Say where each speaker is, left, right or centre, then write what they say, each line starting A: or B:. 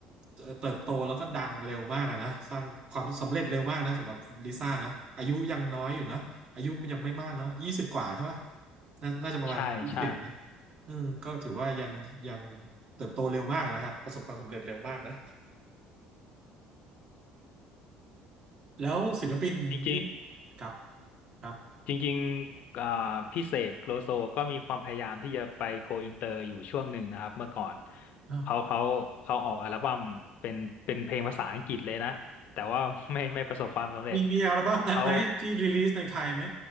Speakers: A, on the right; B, on the left.
A: เอ่อเติบโตแล้วก็ดังเร็วมากอะนะสร้างความสำเร็จเร็วมากนะสำหรับลิซ่านะอายุยังน้อยอยู่นะอายุยังไม่มากเนาะยี่สิบกว่าใช่ปะน่าน่าจะประมาณยี่สิบนะ
B: ใช่ใช่
A: เออก็ถือว่ายังยังเติบโตเร็วมากอะนะครับประสบความสำเร็จเร็วมากนะ แล้วศิลปินที่
B: จริง
A: ครับครับ
B: จริงๆอ่าพี่เสกโลโซก็มีความพยายามที่จะไปโกอินเตอร์อยู่ช่วงหนึ่งนะครับเมื่อก่อน
A: อ้าว
B: เขาเขาเขาออกอัลบั้มเป็นเป็นเพลงภาษาอังกฤษเลยนะแต่ว่าไม่ไม่ประสบความสำเร็จ
A: มีมีอัลบั้มนั้นไหมที่รีลีสในไทยไหม
B: เขา